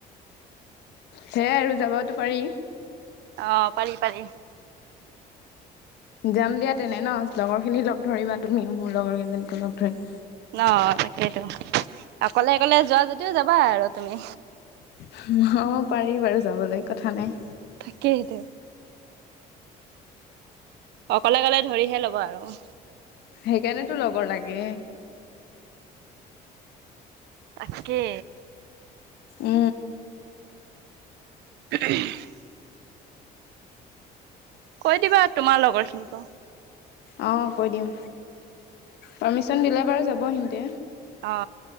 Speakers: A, on the left; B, on the right.
A: সেয়াই আৰু যাবতো পাৰি।
B: অ', পাৰি, পাৰি।
A: যাম দিয়া তেনে ন, লগৰ খিনি লগ ধৰিবা তুমিও মোৰ লগৰ কেইজনীকো লগ ধৰিম।
B: ন, তাকেইেতো অকলে অকলে যোৱা যদিও যাবা আৰু তুমি।
A: অ', পাৰি বাৰু যাবলৈ কথা নাই।
B: তাকেইতু। অকলে গ'লে ধৰিহে ল'ব আৰু।
A: সেইকাৰণেতো লগৰ লাগে।
B: তাকে।
A: উ।
B: <unintelligible> কৈ দিবা তোমাৰ লগৰ খিনিকো।
A: অ', কৈ দিম। পাৰ্মিশন দিলে বাৰু যাব সিহঁতে।
B: অ',